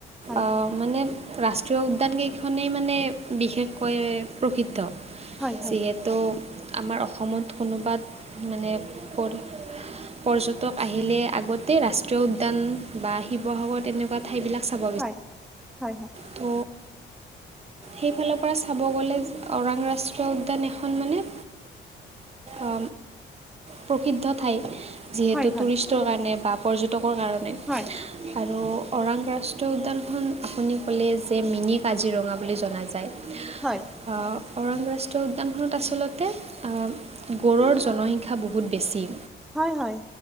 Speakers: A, in the centre; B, on the right.
A: হয়,
B: অ মানে ৰাষ্ট্ৰীয় উদ্যান কেইখনেই মানে বিশেষকৈ প্ৰসিদ্ধ,
A: হয়, হয়,
B: যিহে ত' আমাৰ অসমত কোনোবাত মানে পৰ পৰ্যটক আহিলে আগতে ৰাষ্ট্ৰীয় উদ্যান বা শিৱসাগৰ তেনেকুৱা ঠাইবিলাক চাব।
A: হয়, হয় হয়।
B: ত' সেইফালৰ পৰা চাব গ'লে অৰাং ৰাষ্ট্ৰীয় উদ্যান এখন মানে আ, প্ৰসিদ্ধ ঠাই যিহেতু
A: হয়, হয়,
B: টুৰিষ্ট কাৰণে বা পৰ্যটকৰ কাৰণে।
A: হয়।
B: আৰু অৰাং ৰাষ্ট্ৰীয় উদ্যানখন আপুনি ক'লে যে মিনি কাজিৰঙা বুলি জনা যায়।
A: হয়।
B: অ' অৰাং ৰাষ্ট্ৰীয় উদ্যানখনত আচলতে আ গৰুৰ জনসংখ্যা বহুত বেছি।
A: হয় হয়